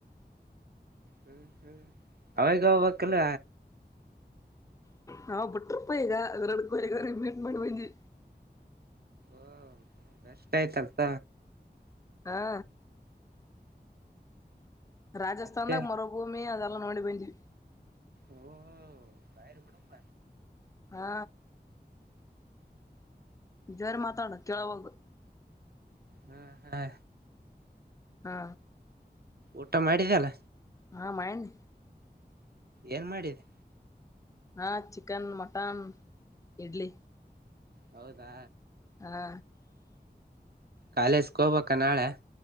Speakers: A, on the right; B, on the left.
A: ಹ್ಮ್ ಹ್ಮ್ ಅವಾಗೆ ಹೋಬೋಕಿಲ್ಲ
B: ನಾ ಬಿುಟ್ರಪ್ಪ ಇದ ಎರಡ್ಕೋಗ್ರ ಭೇಂಟ್ ಮಾಡಿ ಬಂದವಿ
A: ಓ ಬೆಸ್ ಆಯ್ತಲ್ತ
B: ಹಾ ರಾಜಸ್ಥಾನ್ದಾಗ
A: ಮತ್ತೆ
B: ಮರುಭೂಮಿ ಅದ ನೋಡಿ ಬಂದ್ವಿ
A: ಓ ಬಾರಿ ಬುಡಪ್ಪ
B: ಹಾ ಜೋರ್ ಆಗ್ ಮಾತಾಡು ಕೆಳವಲ್ದು
A: ಹ್ಮ್ ಹಾ
B: ಹಾ
A: ಊಟ ಮಾಡಿದ್ಯಲ್ಲ
B: ಹಾ ಮಯನ್
A: ಏನ್ ಮಾಡಿದೆ
B: ಹಾ ಚಿಕನ್ ಮಟನ್ ಇಡ್ಲಿ
A: ಹೌದಾ
B: ಹಾ
A: ಕಾಲೇಜ್ಗೆ ಹೋಗ್ಬ ನಾಳೆ